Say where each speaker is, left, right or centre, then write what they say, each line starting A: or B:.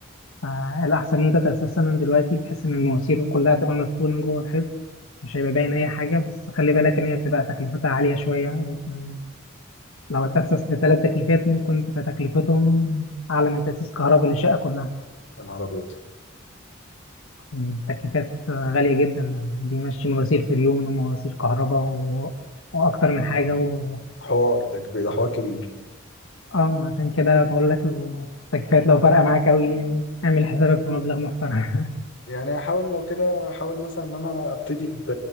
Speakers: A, on the left; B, on the left.
A: فالأحسن إن أنت تأسسها من دلوقتي بحيث إن المواسير كلها تبقى مدفونة جوه الحيط مش هيبقى باين أي حاجة بس خلي بالك إن هي بتبقى تكلفتها عالية شوية يمكن لو اتأسس لثلاث تكليفات ممكن تبقى تكلفتهم أعلى من تأسيس كهرباء للشقة كلها
B: يا نهار ابيض
A: التكليفات غالية جدا بيمشي مواسير فريون ومواسير كهرباء و... وأكتر من
B: آه،
A: حاجة و...
B: حوار ده كبير ده حوار كبير
A: اه ما عشان كده بقول لك التكليفات لو فارقة معاك أوي يعني اعمل حسابك في مبلغ محترم
B: يعني هحاول لو كده احاول مثلا ان انا ابتدي ب